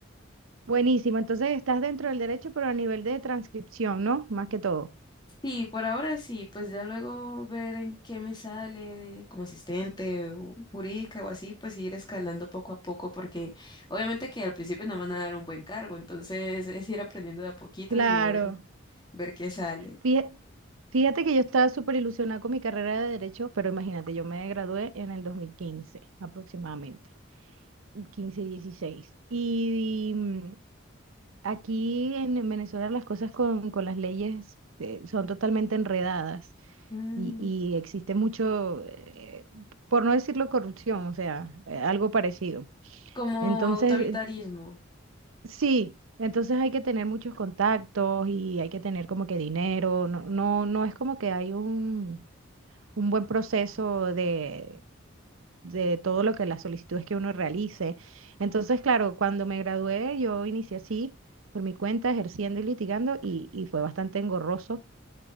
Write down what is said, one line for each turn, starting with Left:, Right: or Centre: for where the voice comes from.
Right: buenísimo. Entonces estás dentro del derecho, pero a nivel de transcripción, ¿no? Más que todo.
Left: Sí, por ahora sí, pues ya luego ver en qué me sale como asistente o jurídica o así, pues ir escalando poco a poco, porque obviamente que al principio no me van a dar un buen cargo, entonces es ir aprendiendo de a poquitos
Right: Claro.
Left: y ver, ver qué sale.
Right: Fíjate, fíjate que yo estaba súper ilusionada con mi carrera de derecho, pero imagínate, yo me gradué en el 2015, aproximadamente, 15 16. Y, mm, aquí en, en Venezuela las cosas con, con las leyes eh, son totalmente enredadas
Left: Mm,
Right: y, y existe mucho, eh, por no decirlo corrupción, o sea, eh, algo parecido.
Left: como
Right: Entonces,
Left: autoritarismo.
Right: Sí, entonces hay que tener muchos contactos y hay que tener como que dinero. No, no, no es como que hay un, un buen proceso de, de todo lo que las solicitudes que uno realice. Entonces, claro, cuando me gradué, yo inicié así, por mi cuenta, ejerciendo y litigando, y, y fue bastante engorroso,